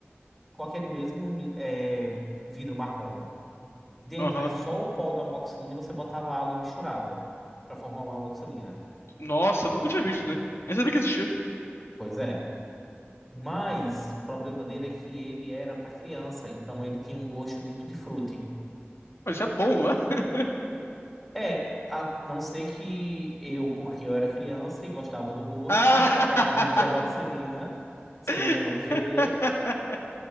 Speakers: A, in the centre; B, on the left.
A: Com aquele mesmo é, vidro marrom. Dentro
B: Aham.
A: é só o pó do amoxicilina e você botava água e misturava para formar uma amoxicilina.
B: Nossa, nunca tinha visto isso daí. Nem sabia que existia.
A: Pois é. Mas o problema dele é que ele era para criança, então ele tinha um gosto de tutti-frutti.
B: Mas isso é bom, não é? <laughs>
A: É, a não ser que eu, porque eu era criança e gostava do gosto,
B: Ah!
A: comecei a pegar vidro de amoxicilina, sem
B: <laughs>
A: minha mãe ver,